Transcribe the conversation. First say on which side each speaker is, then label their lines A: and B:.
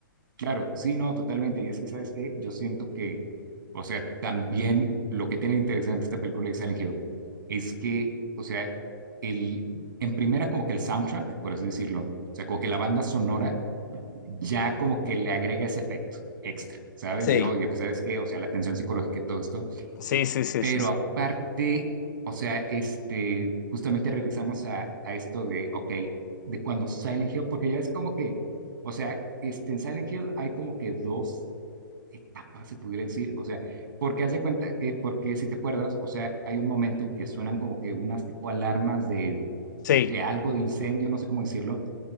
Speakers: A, on the right; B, on the left.
A: Claro, sí, no, totalmente. Y es que, ¿sabes qué? Yo siento que, o sea, también lo que tiene de interesante esta película de Silent Hill es que, o sea, el, en primera como que el soundtrack, por así decirlo, o sea, como que la banda sonora ya como que le agrega ese efecto extra, ¿sabes?
B: Sí,
A: De, oye, pues, ¿sabes qué? O sea, la tensión psicológica y todo esto
B: sí, sí, sí,
A: pero
B: sí, sí.
A: aparte, o sea, este, justamente regresamos a, a esto de, ok, de cuando Silent Hill, porque ya es como que, o sea, este, en Silent Hill hay como que dos etapas, se pudiera decir, o sea, porque haz de cuenta, eh, porque si te acuerdas, o sea, hay un momento en que suenan como que unas tipo alarmas de,
B: Sí,
A: de algo, de incendio, no sé cómo decirlo,